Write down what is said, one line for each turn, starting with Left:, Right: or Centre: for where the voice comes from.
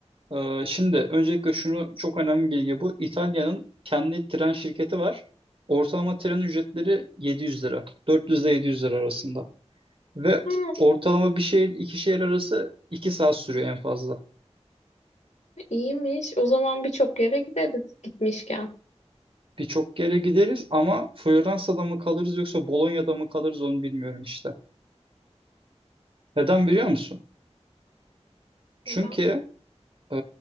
Right: Ee, şimdi öncelikle şunu çok önemli bir bilgi bu. İtalya'nın kendi tren şirketi var. Ortalama tren ücretleri 700 lira. 400 ile 700 lira arasında. Ve
Left: Ha,
Right: ortalama bir şehir iki şehir arası 2 saat sürüyor en fazla.
Left: iyiymiş. O zaman birçok yere gideriz gitmişken.
Right: Birçok yere gideriz ama Floransa'da mı kalırız yoksa Bolonya'da mı kalırız onu bilmiyorum işte. Neden biliyor musun?
Left: Neden?
Right: Çünkü e,